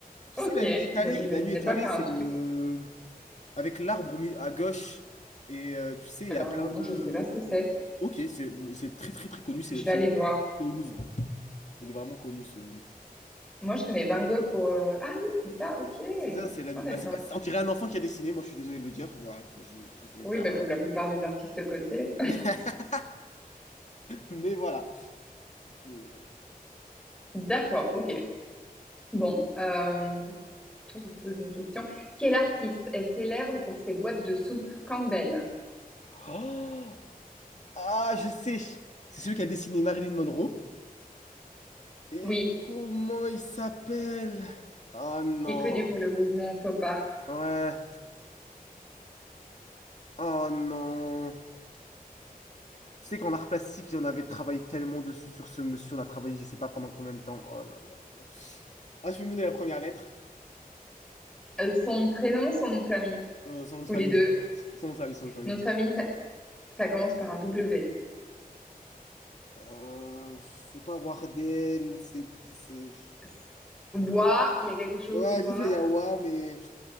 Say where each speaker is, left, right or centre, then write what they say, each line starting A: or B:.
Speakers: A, on the left; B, in the centre.
A: Tu
B: Ok.
A: sais, la nuit étalée,
B: Moi, j'imaginais
A: la nuit étoilée,
B: pas faire
A: c'est
B: un truc.
A: le. Avec l'arbre au mi- à gauche. Et euh, tu sais, il
B: Eh
A: y
B: ben
A: a plein
B: non,
A: de.
B: je ne sais pas ce que c'est.
A: Ok, c'est c'est très très très connu. C'est
B: Je vais
A: c'est
B: aller
A: au,
B: voir.
A: c'est au Louvre. Il est vraiment connu ce.
B: Moi, je connais Van Gogh pour... euh, Ah oui, c'est ça, ok.
A: C'est ça, c'est la
B: Ah
A: nuit.
B: d'accord.
A: Bah, c'est pas... On dirait un enfant qui a dessiné. Moi, je suis désolé de le dire. Voilà, je, je- je sais
B: Oui,
A: pas.
B: bah, comme la plupart des artistes cotés.
A: <laughs> Mais voilà. Je-
B: <laughs> D'accord, ok. Bon, euh, je vais te poser une question. Quel artiste est célèbre pour ses boîtes de soupe Campbell?
A: Oh ah, je sais. C'est celui qui a dessiné Marilyn Monroe. Et
B: Oui,
A: comment il s'appelle? Oh non.
B: qui est connu pour le mouvement pop art.
A: Ouais. Oh non. Tu sais qu'en art plastique, j'en avais travaillé tellement dessus sur ce monsieur, on a travaillé, je sais pas pendant combien de temps. Oh là là là là. Ah, je peux me donner la première lettre,
B: Euh, son prénom, son nom de famille,
A: Euh, son nom de
B: ou
A: famille.
B: les deux.
A: Son nom de famille, son nom de famille.
B: Nom de famille, ça, ça commence par un W.
A: Euh, c'est pas Wardel, c'est... c'est-
B: S- Wa, il y a quelque chose,
A: Ouais,
B: War,
A: j'essaie Yawa, mais...